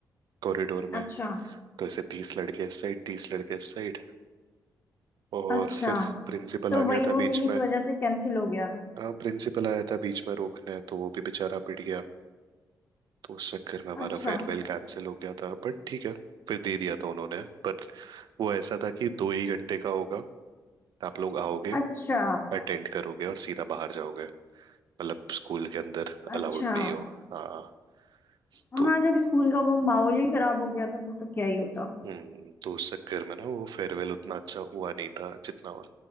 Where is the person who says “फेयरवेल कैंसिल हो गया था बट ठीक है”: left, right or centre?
Right